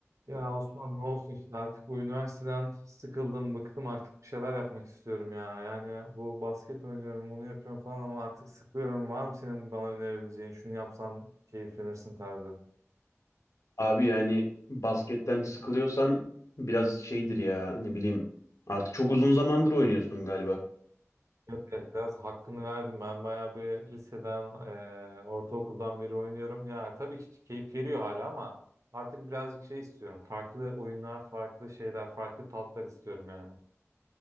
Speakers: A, on the right; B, on the left.
A: Ya Osman ne olsun işte artık bu üniversiteden sıkıldım, bıktım artık bir şeyler yapmak istiyorum ya. Yani bu basket oynuyorum, bunu yapıyorum falan ama artık sıkılıyorum. Var mı senin bana önerebileceğin, şunu yapsan keyiflenirsin tarzı?
B: Abi yani basketten sıkılıyorsan biraz şeydir ya ne bileyim artık çok uzun zamandır oynuyorsun galiba.
A: Evet, biraz hakkını verdim. Ben bayağı bir liseden, e, ortaokuldan beri oynuyorum. Ya tabii ki keyif veriyor hala ama artık birazcık şey istiyorum. Farklı oyunlar, farklı şeyler, farklı tatlar istiyorum yani.